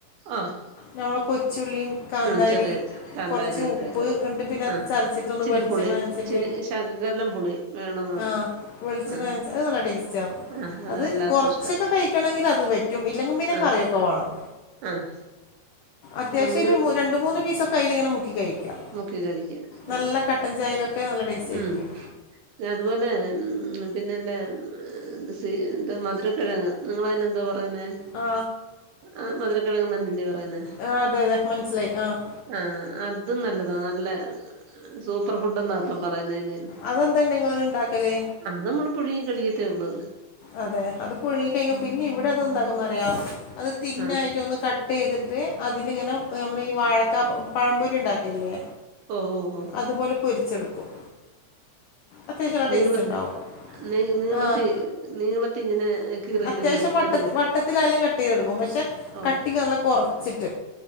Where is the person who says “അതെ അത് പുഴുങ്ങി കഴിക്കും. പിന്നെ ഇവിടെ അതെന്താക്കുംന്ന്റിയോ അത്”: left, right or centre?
Left